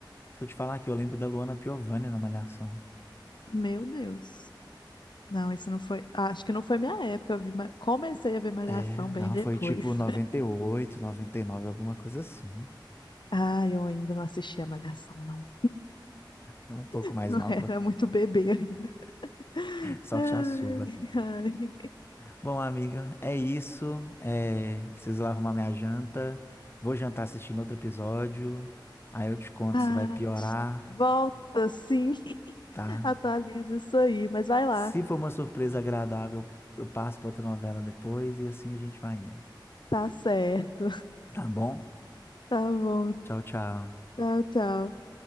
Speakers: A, on the left (about 30°); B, on the left (about 70°).
A: Se eu te falar que eu lembro da Luana Piovani na Malhação.
B: Meu Deus. Não, isso não foi. Ah, Acho que não foi minha época. Eu vi, Ma- comecei a ver Malhação
A: É,
B: bem
A: não,
B: depois.
A: foi tipo 98,
B: <laughs>
A: 99, alguma coisa assim.
B: Ah, eu ainda não assistia Malhação, não.
A: Um pouco
B: <laughs>
A: mais
B: Eu
A: nova.
B: era muito bebê ainda. <laughs>
A: Sorte
B: Ai,
A: a sua.
B: ai.
A: Bom, amiga, é isso. É, preciso lá arrumar minha janta. Vou jantar assistindo outro episódio. Aí eu te conto
B: Ah,
A: se vai piorar,
B: volta, sim. <laughs>
A: tá?
B: Atualiza isso aí, mas vai lá.
A: Se for uma surpresa agradável, eu passo para outra novela depois e assim a gente vai indo.
B: Tá certo.
A: Tá bom?
B: Tá bom.
A: Tchau, tchau.
B: Tchau, tchau.